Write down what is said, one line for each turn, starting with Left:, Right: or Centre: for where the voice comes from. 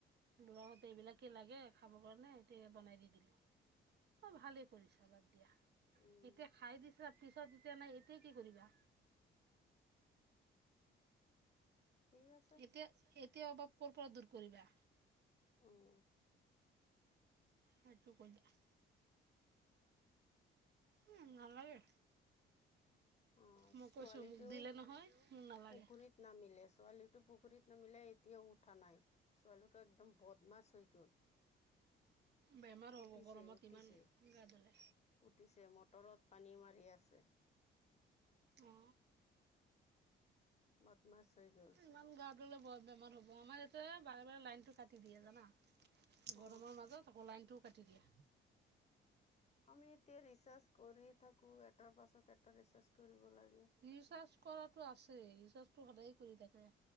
Right: লৰাহঁতে এইবিলাকে লাগে খাবৰ কাৰণে সতিয়া বনাই দি দিলো। অ' ভালেই কৰিছা বাদ দিয়া।
Left: উম
Right: এতিয়া খাই দিছা পিছত এতিয়া নাই এতিয়া কি কৰিবা।
Left: ঠিক আছে
Right: এতিয়া এতিয়া অভাৱ ক'ৰ পৰা দূৰ কৰিবা।
Left: উম
Right: সটো কৰিলে। উম নালাগে।
Left: অ
Right: মই
Left: ছোৱালীটো
Right: কৈছো মোক দিলে নহয়। মোক নালাগে
Left: পুখুৰীত নামিলে ছোৱালীটো পুখুৰীত নামিলে এতিয়াও উঠা নাই ছোৱালীটো একদম ব বদমাছ হৈ গ'ল
Right: বেমাৰ হ'ব
Left: উঠিছে
Right: গৰমত
Left: উঠিছে
Right: ইমান গা ধালে
Left: উঠিছে মটৰত পানী মাৰি আছে
Right: উ
Left: বদমাছ হৈ গ'ল
Right: ইমান গা ধলে বৰ বেমাৰ হব আমাৰ ইয়াতে বাৰে বাৰে লাইন টো কাটি দিয়ে জানা
Left: অ
Right: গৰমৰ মাজত আকৌ লাইন টো কাটি দিয়া।
Left: আমি এতিয়া ৰিচাৰ্্চ কৰি থাকোঁ এটাৰ পাছত এটা ৰিচাৰ্্চ কৰিব লাগে
Right: ৰিচাৰ্জ কৰাটো আছেই ৰিচাৰ্জটো সদায় কৰি থাকে